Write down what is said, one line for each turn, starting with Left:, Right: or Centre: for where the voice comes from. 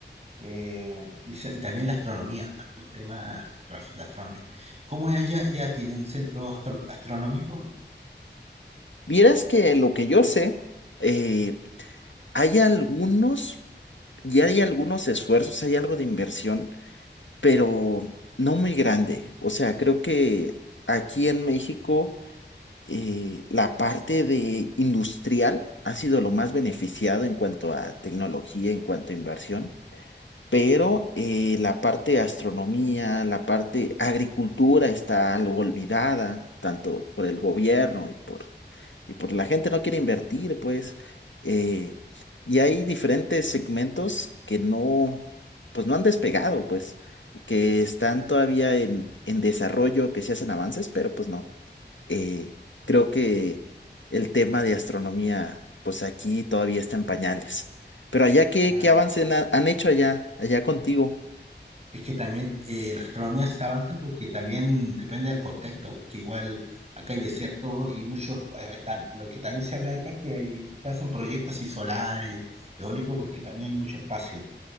Right: Eh, y, sa- y también la astronomía, estos temas, ras- la astronomía. ¿Cómo es allá? ¿Ya tienen centro astro- astronómico?
Left: Vieras que lo que yo sé, eh, hay algunos Ya hay algunos esfuerzos, hay algo de inversión, pero no muy grande. O sea, creo que aquí en México eh, la parte de industrial ha sido lo más beneficiado en cuanto a tecnología, en cuanto a inversión pero eh, la parte de astronomía, la parte agricultura está algo olvidada, tanto por el gobierno y por, y por la gente no quiere invertir, pues. eh, y hay diferentes segmentos que no, pues no han despegado, pues, que están todavía en, en desarrollo, que se hacen avances, pero pues no eh, creo que el tema de astronomía, pues aquí todavía está en pañales. Pero allá, ¿qué,
Right: Ah,
Left: qué avance na- han hecho allá, allá contigo?
Right: es que también eh, la astronomía se avanza porque también depende del contexto, porque igual acá hay desierto y muchos, eh, tam- lo que también se habla acá es que hay, se hacen proyectos así solares, eólicos, porque también hay mucho espacio.